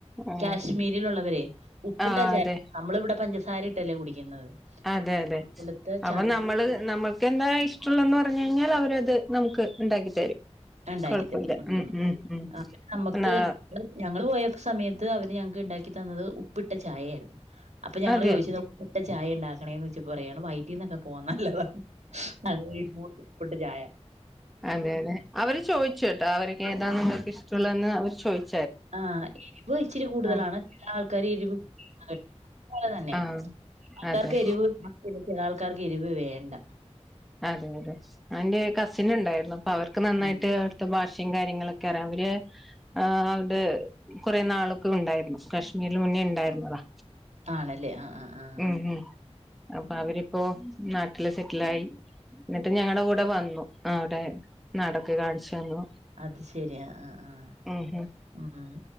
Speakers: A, in the centre; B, on the right.
A: ഉം
B: കാശ്മീരിലുള്ളവരെ ഉപ്പിട്ടാച്ചാര്
A: ആ അതെ
B: നമ്മളിവിടെ പഞ്ചസാര ഇട്ടല്ലേ കുടിക്കുന്നത്
A: അതെ അതെ
B: അതുപോലത്തെ
A: അപ്പ
B: ചായ
A: നമ്മള് നമ്മൾ ക്ക് എന്താ ഇഷ്ടള്ളതെന്ന് പറഞ്ഞു കഴിഞ്ഞാൽ അവരത് നമുക്ക് ഇണ്ടാക്കി തരും
B: ഉണ്ടാക്കി
A: കുഴപ്പല്ല
B: തരും
A: ഉം ഉം ഉം
B: ആ നമുക്ക്
A: ന്നാ
B: ഞങ്ങള് പോയ സമയത്ത് അവര് ഞങ്ങക്ക് ഇണ്ടാക്കി തന്നത് ഉപ്പിട്ട ചായായിരുന്നു അപ്പൊ ഞങ്ങള്
A: അതെ
B: ചോദിച്ചത് ഉപ്പിട്ടചായ ഉണ്ടാക്കണേന്ന്ച്ചപ്പോ പറയാണ് വൈറ്റിന്നൊക്കെ പോകാൻ നല്ലതാന്ന് അത് ഉപ്പിട്ടചായ
A: അതെലെ അവര് ചോയിച്ചു ട്ട അവർക്ക് ഏതാ നമ്മൾക്ക് ഇഷ്ടമുള്ളതന്ന് അവര് ചോദിച്ചു
B: ആഹ് എരിവ് ഇച്ചിരി കൂടുതലാണ്
A: ആ
B: ചില ആൾക്കാര് എരിവ് <unintelligible> അതുപോലെ തന്നെ
A: ആ ആ
B: ചില ആൾക്കാർക്ക്
A: അതെ
B: എരിവ് ചില ആൾക്കാർക്ക് എരിവ് വേണ്ട
A: അതെ അതെ അവന്റെ കസിന് ണ്ടായിരുന്നു അപ്പൊ അവർക്ക് നന്നായിട്ട്
B: ആ
A: ട്ട് ഭാഷയും കാര്യങ്ങളൊക്കെ അറിയ അവര് ആ അവിടെ കുറെ നാളൊക്കെ ഉണ്ടായിരുന്നു കശ്മീരിൽ മുന്നേ ഉണ്ടായിരുന്നതാ
B: ആണല്ലേ ആഹ് ആഹ് ആഹ്
A: ഉം ഉം അപ്പൊ അവരിപ്പോ നാട്ടില് സെറ്റിലായി എന്നിട്ടും ഞങ്ങടെ കൂടെ വന്നു ആ അവിടെ നാടൊക്കെ കാണിച്ചന്നു
B: അത് ശരി. ആഹ് ആഹ് ആഹ്.
A: ഉം ഉം
B: ഉം